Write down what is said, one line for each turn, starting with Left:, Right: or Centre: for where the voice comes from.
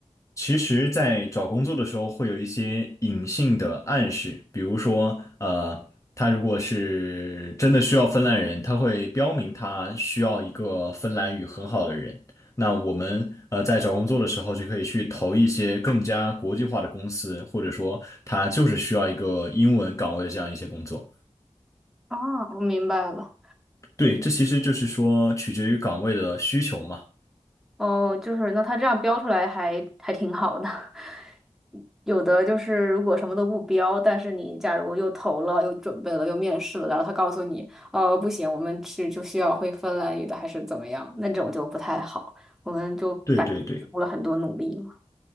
Left: 其实，在找工作的时候会有一些隐性的暗示，比如说，呃，他如果是真的需要芬兰人，他会标明他需要一个芬兰语很好的人。那我们呃在找工作的时候就可以去投一些更加国际化的公司，或者说他就是需要一个英文岗位的这样一些工作。
Centre: 啊，我明白了。
Left: 对，这其实就是说取决于岗位的需求嘛。
Centre: 哦，就是那他这样标出来还还挺好的。<laughs> 有的就是如果什么都不标，但是你假如又投了、又准备了、又面试了，然后他告诉你，哦，不行，我们去就需要会芬兰语的，还是怎么样？那种就不太好，我们就白付出了很多努力嘛。
Left: 对对对。